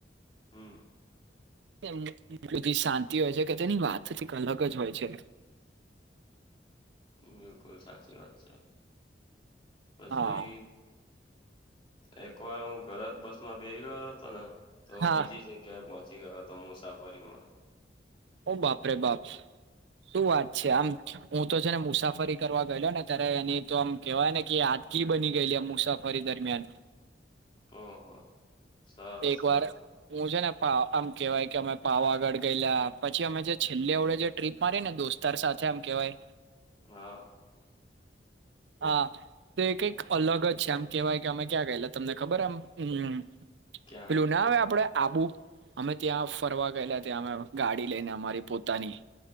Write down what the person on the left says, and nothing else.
હમ્મ.
બિલકુલ સાચી વાત છે. પછી
એક વાર હું ગલત બસમાં બેહી ગયો હતો ને તો
બીજી જગ્ યા પહોંચી ગયો હતો મુસાફરીમાં
ઓહો. સરસ
સરસ
હા.
ક્યાં